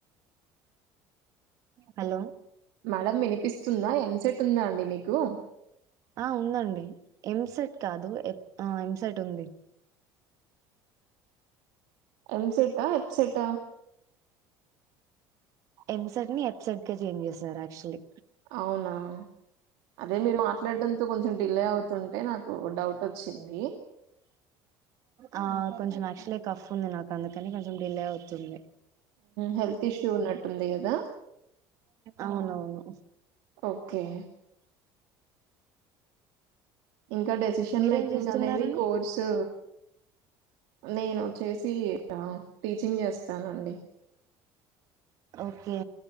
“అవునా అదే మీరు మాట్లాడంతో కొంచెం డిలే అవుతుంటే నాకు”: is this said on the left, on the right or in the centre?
Right